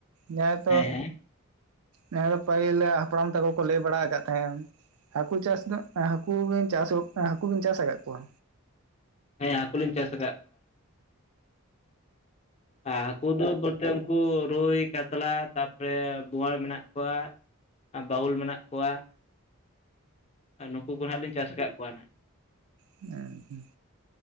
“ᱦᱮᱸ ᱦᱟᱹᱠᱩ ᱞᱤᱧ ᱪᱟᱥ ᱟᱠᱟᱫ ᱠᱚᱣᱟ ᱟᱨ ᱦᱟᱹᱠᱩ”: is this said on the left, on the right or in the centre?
Left